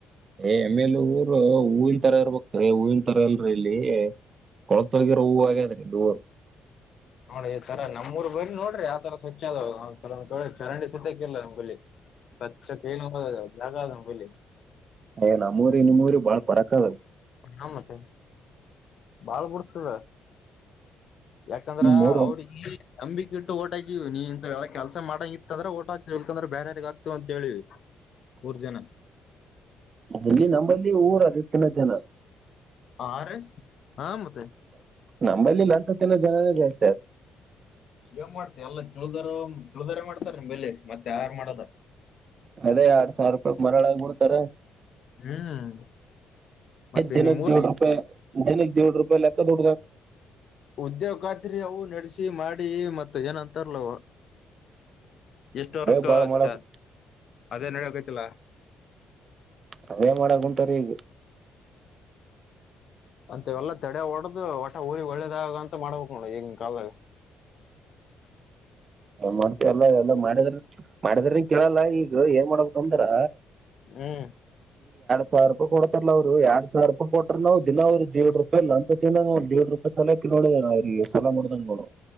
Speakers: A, on the right; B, on the left.
A: ಏ ಆಮೇಲೆ ಊರು ಹೂವನ್ ತರ ಇರ್ಬೇಕ್ರೀ ಹೂವಿನ ತರ ಅಲ್ರ ಇಲ್ಲಿ ಕೊಳತ್ ಹೋಗಿರೋ ಹೂಾಗೆ ಅದ್ರೆ ಇಲ್ಲಿಊರು
B: ನೋ ಈ ತರ ನಮ್ಮ ರ್ ಬರರಿ ನೋಡ್ರಿ ಯಾವತರ ಸ್ವಚ್ಛ ಅದಾವ್ ತರ ಕೇಳ ಚರಂಡಿ ಸತ್ಯ ನಂಬಿ ಸ್ವಚ್ ಕ ಜಾಗ ನಂಬಿ
A: ಯ್ ನಮ್ಮೂಊರಿ ನಿಮ್ಮ್ಊರಿ ಬಾಳ್ ಪರಕ್ದ
B: ನ ಮತ್ತೆ ಬಾಳ್ ಬಿಡಿಸತದ ಯಾಕಂದ್ರ
A: ಮೂರು
B: ಅವ್ರ ಈ ಅಂಬಿಕೆ ಇಟ್ಟು ಓಟಾಕಿವ ನೀ ಇಂತ ಹೇಳ ಕೆಲ್ಸ ಮಾಡಂಗ ಇತ್ತ ಅಂದ್ರೆ ಓಟಾ ಇಲ್ಕಂದ್ರೆ ಬೇರಾರಿಗ ಆಗ್ತವ ಅಂತ ಹೇಳಿವ ಮೂಊರ್ ಜನ
A: ಇಲ್ಲಿ ನಂಬಲ್ಲಿ ಊರ ಅದ ತಿನ್ನ ಜನ
B: ಹ ರ ಹಾ ಮತ್ತೆ
A: ನಮ್ಮಲ್ಲಿ ಇ ಒಂದ್ಸತ್ತಿನ ಜನನೇ ಜಾಸ್ತಿ ಅ
B: ಏನ್ ಮಾಡ್ತಿ ಎಲ್ಲ ಚುಳದಾರ ಚುಳ್ದರೆ ಮಾಡ್ತಾರ ನಿಮ್ ಬೆಲ್ಲಿಿ ಮತ್ತೆ ಯಾರ ಮಾಡದ
A: ಅದೇ ಎರಡ್ ಸಾವಿರ ರೂಪಾಯಿ ಮರಾಳ ಆಗಬ ಬಿಡ್ತಾರೆ
B: ಹ್ಮ್ ಮತ್ತೆ
A: ದಿನಕ್ಕೆ
B: ನಿಮ್ಮೂರಾಗ
A: ದೇಢ ರೂಪ ದಿನಕ್ಕೆ ದೇಢ ರೂಪೆ ಲ ಡು
B: ಉದ್ಯೋಗ್ ಖಾತ್ರಿ ಅವು ನಡೆಸಿ ಮಾಡಿ ಮತ್ತ ಏನಂತಾರಲವ ಎಷ್ಟ
A: ಅವೇ
B: ವರ್ಕ್ಕ
A: ಬಾಳ
B: ಆತ್ತ
A: ಮಾಡಕ್
B: ಅದೇನ್ ಹಕೋ್ತಿಲ್ಲ
A: ಅದೇ ಮಾಡಕ್ ಕುಂಂತಾರ ಈಗ
B: ಅಂತ ಎಲ್ಲಾ ತಡೆ ಹೊಡ್ದ ಹೊಟ ಊರಿ ಒಳ್ಳದಾಗ ಅಂತ ಮಾಡ್ಬೇಕಕ್ ನೋಡ ಈಗಿನ ಕಾಲ <inaudible>
A: ಮಾಡ್ತವಲ್ಲ ಎಲ್ಲ ಮಾಡಿದ್ರ ಮಾಡಿದ್ರನ್ ಕೇಳಲ್ಲ ಈಗ ಏನ್ ಮಾಡ್ಬೇಕಕ್ ಅಂದಾರ
B: ಹ್ಮ
A: ಸಾವಿರ ರೂಪಾಯ ಕೊಡ್ತಾರಲ್ಲ ಅವರು ಎರಡ್ ಸಾವಿರ ರೂಪಾಯ ಕೊಟ್ಟ್ರ ನಾವವು ದಿನ ಅವ್ರರು ದರು ಇಲ್ಲ ಅಂದ್ತಿಂದಾಗ ಒಂದ್ರಡ್ ರೂಪಾಯಿ ಸಾಲಾಕ್ಕೆ ನೋಡಿದ ಸಲ ನ ಮಾಡಡ್ದಂಗ ನೋ